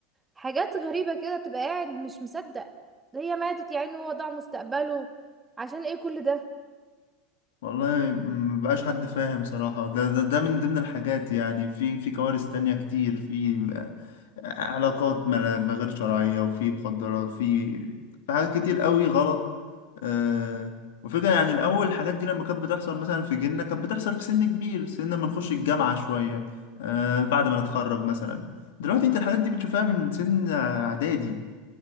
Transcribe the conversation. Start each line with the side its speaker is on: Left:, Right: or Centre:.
Right: حاجات غريبة كده تبقى قاعد مش مصدق هي ماتت يا عيني وهو ضاع مستقبله عشان ايه كل ده
Left: والله م- مبقاش حد فاهم صراحة ده, ده ده من ضمن الحاجات يعني في في كوارث تانية كتير في علاقات ما ما غير شرعية وفي مخدرات في في حاجات كتير قوي غلط آه وفكرة يعني الأول الحاجات دي لما كانت بتحصل مثلا في جيلنا كانت بتحصل في سن كبير سن ما نخش الجامعة شوية آه بعد ما نتخرج مثلا دلوقتي انت الحاجات دي بتشوفها من سن إعدادي